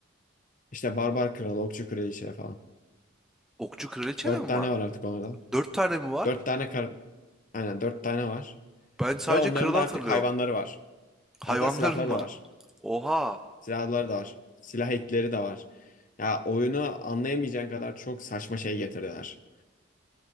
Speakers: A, on the left (about 40°); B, in the centre.
A: İşte Barbar Kral, Okçu Kraliçe falan.
B: okçu kraliçe
A: 4
B: de mi
A: tane
B: var?
A: var artık onlarda.
B: Dört tane mi var?
A: 4 tane kar Aynen dört tane var.
B: Ben sadece
A: Ve onların
B: kralı
A: da
B: hatırlıyorum.
A: artık hayvanları var.
B: Hayvanlarım
A: Hatta silahları
B: var.
A: da var.
B: Oha.
A: Silahları da var. Silah ekleri de var. Ya oyunu anlayamayacağın kadar çok saçma şey getirdiler.